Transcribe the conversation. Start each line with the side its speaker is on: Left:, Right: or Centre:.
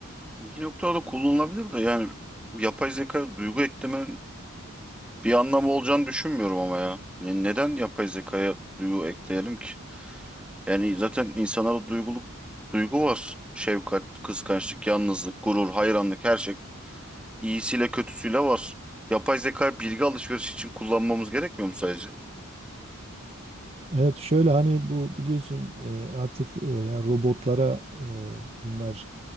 Centre: Bir noktada kullanılabilir de yani yapay zeka duygu eklemenin Bir anlamı olacağını düşünmüyorum ama ya. Ne- neden yapay zekaya duygu ekleyelim ki? Yani zaten insanlara duyguluk duygu var. Şefkat, kıskançlık, yalnızlık, gurur, hayranlık her şey iyisiyle kötüsüyle var. Yapay zekayı bilgi alışverişi için kullanmamız gerekmiyor mu sadece?
Right: Evet şöyle hani bu biliyorsun e, artık e, yani robotlara e, bunlar